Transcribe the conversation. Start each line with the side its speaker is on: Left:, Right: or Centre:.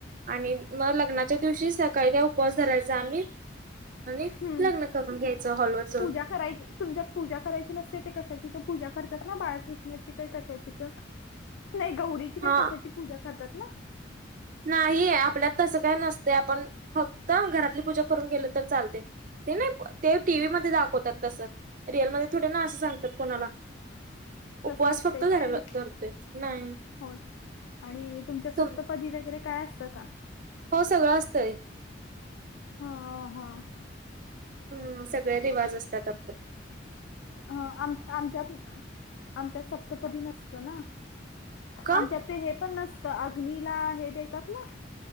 Right: आणि मग लग्नाच्या दिवशी सकाळी काय उपवास धरायचा आम्ही. आणि
Left: हम्म
Right: लग्न करून घ्यायचं हॉलवर जाऊन
Left: पूजा करायची तुमच्या पूजा करायची नसते, ती कशाची तर पूजा करतात ना बाळकृष्णाची काय कशाची तर? नाही गौरीची काय
Right: हा
Left: कशाची पूजा करतात ना?
Right: नाहीे आपल्यात तसं काय नसतंय आपण फक्त घरातली पूजा करून गेलो तर चालतंय. ते नाही ते टीव्हीमध्ये दाखवतात तसं. रिअलमध्ये थोडे ना असं सांगतात कोणाला.
Left: तस
Right: उपवास
Left: नसतंय
Right: फक्त धर
Left: काय?
Right: धरतोय नाही
Left: होय. आणि तुमच्या सप्त
Right: तुम
Left: पदी वगैरे काय असतं का?
Right: हो सगळं असतंय.
Left: हां हां हां.
Right: हं सगळे रिवाज असतात आपल्यात.
Left: हाय आम आमच्यात आमच्यात सप्तपदी नसतं ना,
Right: का
Left: आमच्यात ते हे पण नस तं अग्नीला हे देतात ना